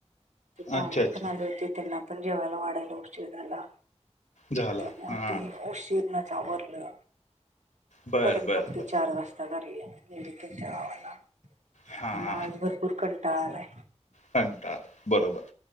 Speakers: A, on the right; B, on the left.
A: ते पाहुणे
B: अच्छा अच्छा
A: पण आले होते, त्यांना पण जेवायला वाढायला उशिर झाला.
B: झाला
A: त्यामुळं
B: हा
A: ते उशीरनच आवरलं.
B: बर
A: परत
B: बर
A: मग ती
B: बर
A: चार वाजता घरीय गेली त्यांच्या गावाला, त्यामुळ
B: हा
A: आज भर पुर कंटाळा आलाय.
B: कंटाळा बरोबर,